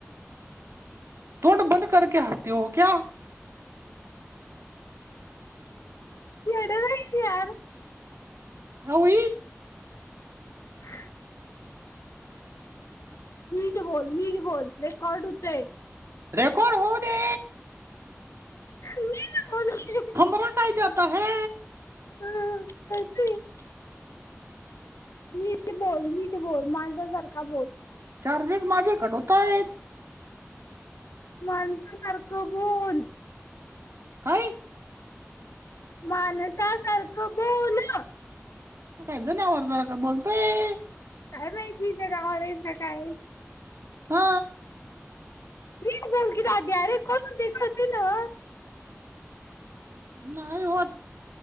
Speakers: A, on the right (about 65°); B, on the left (about 80°).
A: तोंड बंद करक हसते हो क्या <unintelligible>
B: जेड रते यार <unintelligible>
A: नऊय <unintelligible>
B: ह <unintelligible> नीट बोल नीट बोल रेकॉर्ड होतय.
A: रेकॉर्ड होऊ दे
B: नीट बोल की,
A: हमरा काय जात
B: <unintelligible>
A: आहे
B: नीट बोल नीट बोल माझ्या सारखा बोल
A: चार्जेस माझेच कट होत आहेत.
B: माणसा सारखं बोल.
A: काय
B: माणसा सारखं बोलं.
A: मी काय जनावर सारखं बोलतोय.
B: काय माहिती जनावर आहेसा काय.
A: हा
B: नीट बोल की दादया रेकॉर्ड होतय कळतंय नव्ह.
A: नाही हो आत